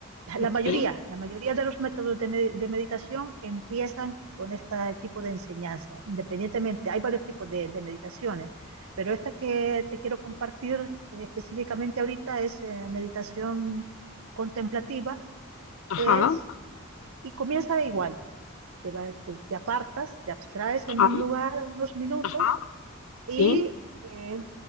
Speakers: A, on the right; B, on the left.
A: la
B: ok,
A: mayoría, la mayoría de los métodos de, med- de meditación empiezan con este tipo de enseñanza, independientemente, hay varios tipos de, de meditaciones, pero esta que te quiero compartir eh, específicamente ahorita es eh, meditación contemplativa,
B: ajá,
A: es, y comienza de igual, te, va- te- te apartas, te abstraes en
B: ajá,
A: un lugar unos minutos
B: ajá,
A: y
B: sí,
A: eh,